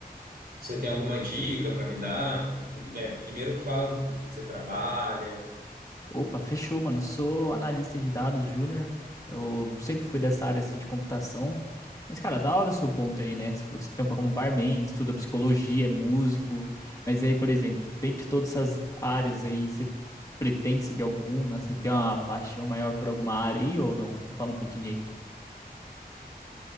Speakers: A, on the right (about 75°); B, on the left (about 20°).
A: Você tem alguma dica para me dar? Com que- é, primeiro fala do que que você trabalha.
B: Opa, fechou, mano. Eu sou analista de dados júnior. Eu sempre fui dessa área assim de computação. Mas, cara, da hora o seu ponto aí, né? Você falou que você tampa como barman, estuda psicologia, é músico. Mas aí, por exemplo, dentre todas essas áreas aí, você pretende seguir alguma? Você tem uma paixão maior por alguma área aí ou não? Me fala um pouquinho aí.